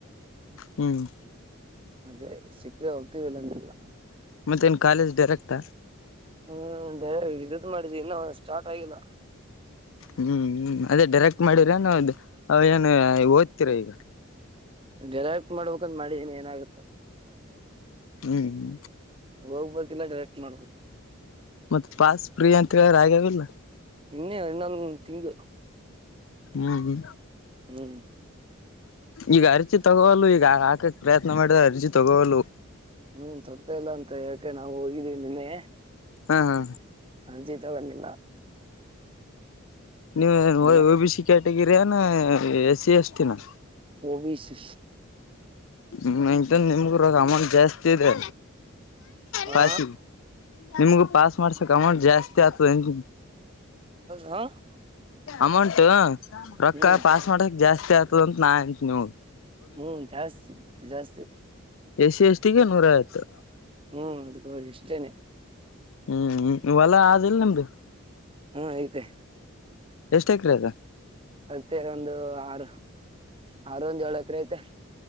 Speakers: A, on the left (about 70°); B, on the right (about 25°).
A: ಹ್ಮ್
B: ಅದೇ ಸಿಕ್ರೆ ಹೋಗ್ತೀವಿ ಇಲ್ಲ ಅಂದ್ರೆ ಇಲ್ಲ.
A: ಮತ್ತ ಏನ್ ಕಾಲೇಜ್ ಡೈರೆಕ್ಟ.
B: ಹ್ಮ್ ಡೇ ಇದದ ಮಾಡಿದ ಇನ್ನು ಸ್ಟಾರ್ಟ್ ಆಗಿಲ್ಲ.
A: ಹ್ಮ್ ಹ್ಮ ಅದೇ ಡೈರೆಕ್ಟ್ ಮಾಡಿರ ನ ಏನು ಓದ್ತಿರಾ ಈಗ.
B: ಡೈರೆಕ್ಟ್ ಮಾಡಬೇಕಂದ್ ಮಾಡಿನ ಇನ್ನ ಏನ ಆಗುತ್ತ.
A: ಹ್ಮ್.
B: ಹೋಗ್ಬೇಕಿಲ್ಲ ಡೈರೆಕ್ಟ್ ಮಾಡ್ಬೇಕು
A: ಮತ್ತೆ ಪಾಸ್ ಫ್ರೀ ಅಂತ ಹೇಳ್ಯಾರ ಆಗ್ಯಾವ ಇಲ್ಲ.
B: ಇನ್ನೇ ಇನ್ನೊಂದ ತಿಂಗ
A: ಹ್ಮ
B: ಹ್ಮ್
A: ಈಗ ಅರ್ಜಿ ತಗೋ ವಲ್ವು ಈಗ ಹಾಕಕ್ ಪ್ರಯತ್ನ ಮಾಡಿದ್ರ ಅರ್ಜಿ ತಗೋ ವಲ್ವು.
B: ಹ್ಮ್ ತೊಗತಾ ಇಲ್ಲ ಅಂತ ಹೇಕೆ ನಾವು ಹೋಗಿದ್ದೀವಿ ನಿನ್ನೆ.
A: ಹಾ ಹಾ
B: ಅರ್ಜಿ ತಗೊಂಡಿಲ್ಲ.
A: ನೀವ
B: ಇನ್ನು
A: ಬಿ ಸಿ ಕ್ಯಾಟಗಿರಿ ಅನ ಎಸ್ ಸಿ ಎಸ್ ಟಿ ನಾ.
B: ಓ ಬಿ ಸಿ.
A: ಹ್ಮ ಇಂತ ನಿಮಗೂ ಅಮೌಂಟ್ ಜಾಸ್ತಿ ಇದೆ
B: ಹಾ
A: ಪಾಸಿಗೆ <unintelligible> ನಿಮಗೂ ಪಾಸ್ ಮಾಡ್ಸಕ್ ಅಮೌಂಟ್ ಜಾಸ್ತಿ ಆಗ್ತದ ಅಂತೀನಿ.
B: ಹಾ
A: ಅಮೌಂಟ್ ರೊಕ್ಕ
B: ಹ್ಮ್
A: ಪಾಸ್ ಮಾಡಕ್ ಜಾಸ್ತಿ ಆಗ್ತದ ಅಂತ ನಾ ಅಂತೀನಿ ನೋಡ್.
B: ಹ್ಮ್ ಜಾಸ್ತಿ ಜಾಸ್ತಿ.
A: ಎ ಸಿ ಎಸ್ಟಿಗಿ ನೂರ ಐವತ್ತು.
B: ಹ್ಮ್ ಅದ್ಕ ಹೋಗಿ ಇಷ್ಟೇನೆ.
A: ಹ್ಮ್ ಹೊಲ ಅದಿಲ್ಲ ನಿಮ್ದು.
B: ಹ್ಮ ಐತೆ.
A: ಎಷ್ಟು ಎಕ್ರೆ ಆದ.
B: ಮತ್ತೆ ಒಂದು ಆರು ಆರು ಒಂದ ಏಳ ಎಕರೆ ಐತೆ.